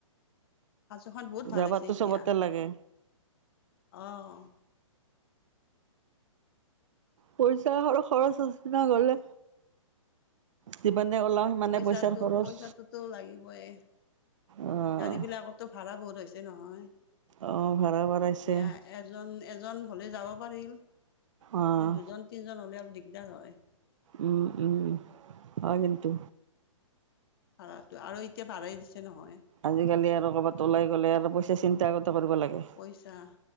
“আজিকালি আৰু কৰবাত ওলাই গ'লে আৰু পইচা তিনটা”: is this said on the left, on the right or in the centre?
Right